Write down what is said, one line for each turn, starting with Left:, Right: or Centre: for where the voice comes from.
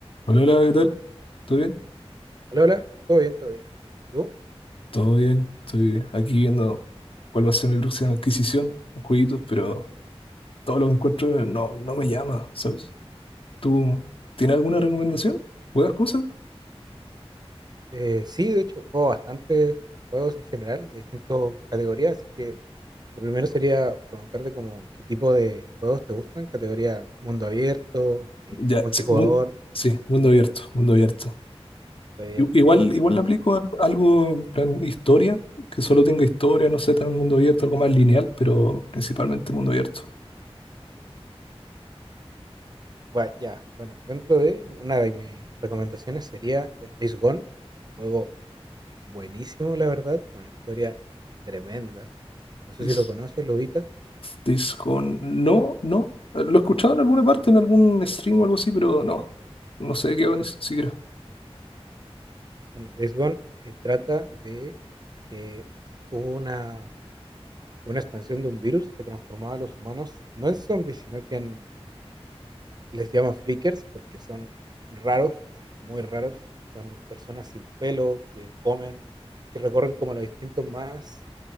Left: Hola, hola, ¿qué tal? ¿Todo bien?
Right: Hola, hola, todo bien, todo bien. ¿Y tú?
Left: Todo bien. Estoy aquí viendo cuál va a ser mi próxima adquisición, jueguitos, pero todo lo que encuentro no, no me llama, ¿sabes? ¿Tú tienes alguna recomendación? ¿Juegas cosas?
Right: Eh, sí, de hecho, juego bastantes juegos en general, de distintas categorías, así que lo primero sería preguntarte como qué tipo de juegos te gustan, categoría mundo abierto, eh,
Left: Ya,
Right: multijugador,
Left: sí, mun- sí, mundo abierto, mundo abierto.
Right: mundo abierto.
Left: I- Igual, igual le aplico a- algo en plan historia, que solo tenga historia, no sé, tan mundo abierto, algo más lineal, pero principalmente mundo abierto.
Right: Bueno, ya, bueno, dentro de una de mis recomendaciones sería el Days Gone, juego buenísimo, la verdad, con una historia tremenda. No sé
Left: Es.
Right: si lo conoces, lo ubicas.
Left: Dishonored. No, no. Lo he escuchado en alguna parte, en algún stream o algo así, pero no. No sé de qué va ni siquiera.
Right: Bueno, Days Gone eh, trata de que hubo una una expansión de un virus que transformaba a los humanos no en zombies, sino que en, les llaman flickers porque son raros, sí, muy raros. Son personas sin pelo que comen, que recorren como los distintos más